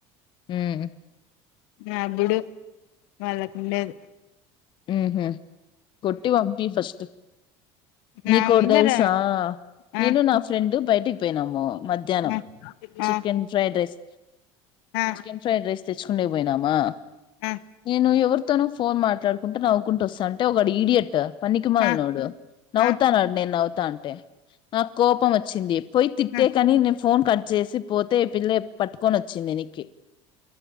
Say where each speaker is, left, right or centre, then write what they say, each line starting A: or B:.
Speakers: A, on the left; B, on the left.
A: హు
B: నా అప్పుడు వాళ్ళకు లేదు
A: ఉహూ కొట్టి పంపి ఫస్ట్
B: నా
A: నీకోటి
B: ముందర
A: తెలుసా
B: ఆ
A: నేను నా ఫ్రెండ్ బయటికి పోయినామో మధ్యాహ్నం
B: ఆ
A: చికెన్ ఫ్రైడ్ రైస్
B: ఆ
A: చికెన్ ఫ్రైడ్ రైస్ తెచ్చుకుండేకి పోయినామా
B: ఆ
A: నేను ఎవరు ను ఫోన్ మాట్లాడుకుంటే నవ్వుకుంట వస్తుంటే ఒక ఈడియట్ పనికిమాలినోడు
B: ఆ
A: నవ్వుతానడు
B: ఆ
A: నేను నవ్వుతా అంటే నాకు కోపం వచ్చింది పోయి తిట్టే
B: ఆ
A: కని నేను ఫోన్ కట్ చేసి పోతే ఈ పిల్లె పట్టుకొని వచ్చింది వెనక్కి